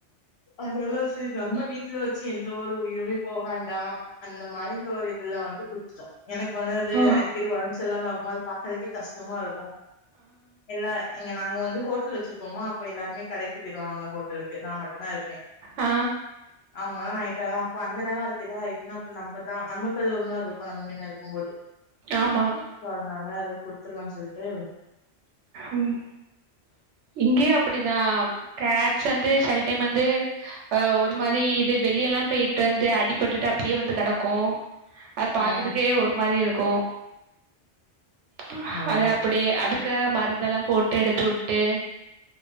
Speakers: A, on the left; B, on the right.
A: அதனால செரி நம்ம வீட்ல வெச்சு எந்த ஒரு உயிருமே போகாண்டா அந்த மாரி ஒரு இதுல வந்து குடுத்துட்டோ எனக்கு வந்தது
B: ஆ
A: அடிக்கடி ஒட செல்லமாகுமது பாக்கதுக்கே கஷ்டமாருக்கு எல்லா இங்க நாங்க வந்து ஹோட்டல் வச்சிருக்கோம அப்ப எல்லாருே கடைக்கு போயிருவாங்க ஹோட்டலுக்கு நாமட்டு தா இருப்பே
B: ஆ
A: அவங்காலா நைட் த அப்ப அந்த நேரோ அதுக்கு எதா ஆயிடுச்சுன்ன அப்புரம் நம்ப தா நமக்கு அது ஒருமாரி இருக்கும் நம்ம மின்ன இருக்கும் போது
B: ஆமா
A: சோ அதனால அத குடுத்து த்துலாம்னு சொல்லிட்டு
B: உம் இங்கயே அப்படிதா கேட்ஸ் வந்து செல டைம் வந்துஹ ஒரு மாதி இது வெளிய எல்லாம் போய்ட்டு வந்து அடிப்பட்டுட்டு அப்படியே வந்து கிடக்கும் அது பாக்குதுக்கே
A: ம்
B: ஒரு மாரி இருக்கும் க்கு
A: ஆமா
B: அது அப்படி அது க்க மருந்தெல்லாம் போட்டு எடுத்து விட்டு